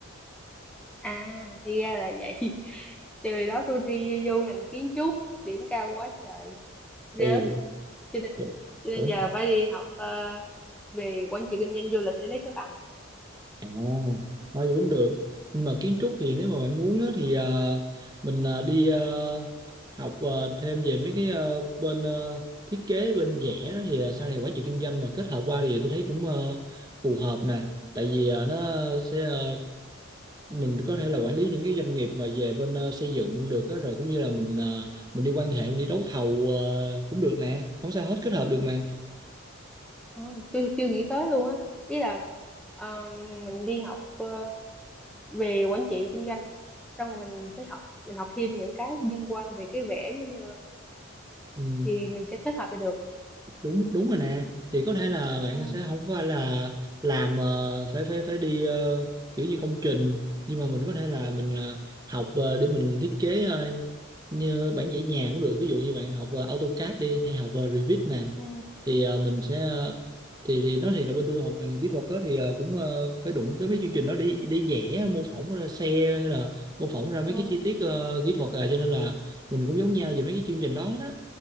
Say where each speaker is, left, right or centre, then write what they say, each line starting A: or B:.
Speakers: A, in the centre; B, on the right (about 20°).
A: À, thì ra là vậy. <laughs> Trời đó tôi thi vô ngành kiến trúc, điểm cao quá trời, rớt.
B: ồ
A: Cho nên
B: ủa
A: cho nên
B: ủa
A: giờ phải đi học ờ, về quản trị kinh doanh du lịch để lấy cái bằng.
B: À, thôi gì cũng được nhưng mà kiến trúc thì nếu mà bạn muốn á, thì ờ, mình ờ, đi ờ, học ờ, thêm về mấy cái ờ, bên ờ, thiết kế bên vẽ đó thì ờ, sau này quản trị kinh doanh mà kết hợp qua thì tôi thấy cũng ờ, phù hợp nè tại vì ờ, nó sẽ ờ, mình có thể là quản lý những cái doanh nghiệp mà về bên ờ, xây dựng được á, rồi cũng như là mình ờ, mình đi quan hệ mình đi đấu thầu ờ, cũng được nè không sao hết kết hợp được mà
A: Ừ, tôi chưa nghĩ tới luôn á. Ý là ờ, mình đi học ờ, về quản trị kinh doanh xong rồi mình phải học mình học thêm những cái liên quan về cái vẽ giống như
B: Ừ.
A: thì mình sẽ kết hợp lại được
B: đúng đúng rồi nè thì có thể là bạn
A: ừ
B: sẽ không phải là làm ờ, phải phải phải đi ờ, kiểu như công trình nhưng mà mình có thể là mình là học ờ, để mình thiết kế ờ, như bản vẽ nhà cũng được ví dụ như bạn học ờ, AutoCAD đi hay học ờ, Revit nè
A: ừ
B: thì ờ, mình sẽ ờ, thì thì nói thiệt là bên tôi học ngành kỹ thuật á thì ờ, cũng ờ, phải đụng tới mấy chương trình đó để để vẽ mô phỏng ra xe hay là mô phỏng ra mấy
A: ừ
B: cái chi tiết ờ, kỹ thuật à cho nên là mình cũng giống nhau về mấy cái chương trình đó đó